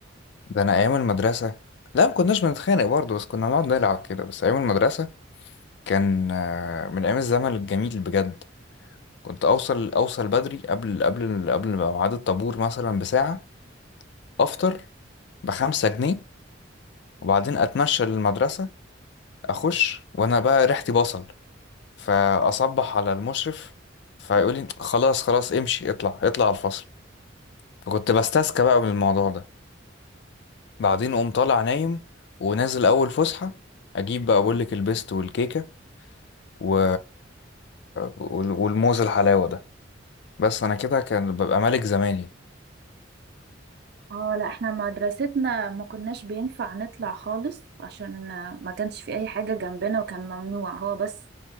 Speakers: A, on the left; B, on the right.
A: ده أنا أيام المدرسة لا ما كناش بنتخانق برضه بس كنا نقعد نلعب كده بس أيام المدرسة كان آه، من أيام الزمن الجميل بجد كنت أوصل أوصل بدري قبل قبل قبل ميعاد الطابور مثلا بساعة أفطر بخمسة جنيه وبعدين أتمشى للمدرسة اخش وانا بقى ريحتي بصل فاصبح على المشرف فيقول لي خلاص خلاص امشي اطلع اطلع على الفصل فكنت بستسكى بقى من الموضوع ده بعدين قوم طالع نايم ونازل اول فسحه اجيب بقى بقول لك البيست والكيكه و... وال- والموز الحلاوه ده بس انا كده كان ببقى ملك زماني
B: اه لا احنا مدرستنا ما كناش بينفع نطلع خالص عشان ما كانش في اي حاجة جنبنا وكان ممنوع هو بس